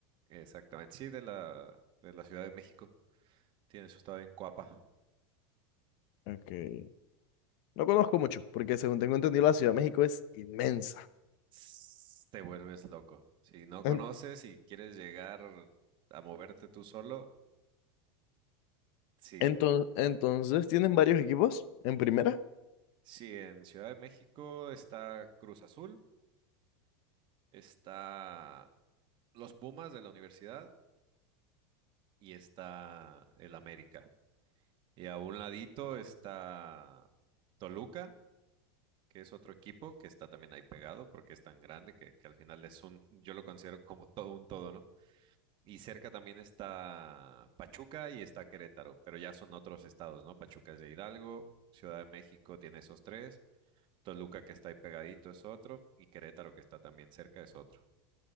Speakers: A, on the right; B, on the left.
A: exactamente. Sí, de la, de la Ciudad de México. Tiene su estado en Coapa.
B: Okay. No conozco mucho, porque según tengo entendido, la Ciudad de México es inmensa.
A: S- Te vuelves loco. Si no conoces
B: En-
A: y quieres llegar a moverte tú solo, sí.
B: enton- entonces, ¿tienen varios equipos en primera?
A: Sí, en Ciudad de México está Cruz Azul, está los Pumas de la universidad y está el América. Y a un ladito está Toluca, que es otro equipo que está también ahí pegado porque es tan grande que, que al final es un, yo lo considero como todo un todo, ¿no? Y cerca también está Pachuca y está Querétaro, pero ya son otros estados, ¿no? Pachuca es de Hidalgo, Ciudad de México tiene esos tres, Toluca que está ahí pegadito es otro y Querétaro que está también cerca es otro.